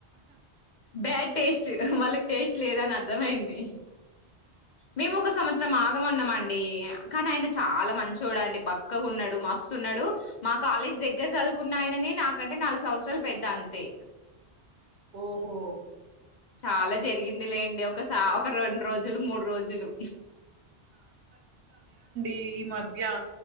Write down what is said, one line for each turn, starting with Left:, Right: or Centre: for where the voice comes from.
Left: బ్యాడ్ టేస్ట్ వాళ్ళకి టేస్ట్ లేదని అర్థమయింది మేము ఒక సంవత్సరం ఆగమన్నామ అండి కానీ ఆయన చాలా మంచోడండి బక్కగా ఉన్నాడు మస్తు ఉన్నాడు మా కాలేజ్ దగ్గర చదువుకున్న ఆయననే నాకంటే నాలుగు సంవత్సరాలు పెద్ద అంతే
Right: ఓహో
Left: చాలా జరిగింది లేండి ఒకస ఒక రెండు రోజులు మూడు రోజులు
Right: ఈ ఈ మధ్య